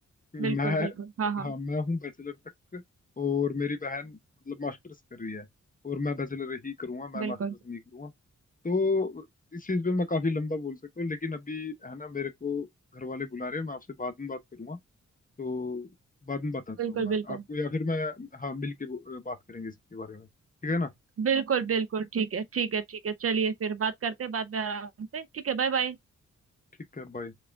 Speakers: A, on the left; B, on the right.
A: मैं
B: बिल्कुल बिल्कुल हाँ हाँ
A: हाँ मैं हूँ बैचलर तक और मेरी बहन मतलब मास्टर्स कर रही है और मैं बैचलर ही करूंगा मैं
B: बिल्कुल
A: मास्टर्स नहीं करूंगा तो इस चीज पे मैं काफी लंबा बोल सकता हूँ लेकिन अभी है ना मेरे को घर वाले बुला रहे हैं मैं आपसे बाद में बात करूंगा तो बाद में बताता
B: बिल्कुल
A: हूँ मैं
B: बिल्कुल
A: आपको या फिर मैं हाँ मिल के वो- बात करेंगे इसके बारे में ठीक है ना
B: बिल्कुल बिल्कुल ठीक है ठीक है ठीक है चलिए फिर बात करते हैं बाद में आराम से ठीक है बाय बाय
A: ठीक है बाय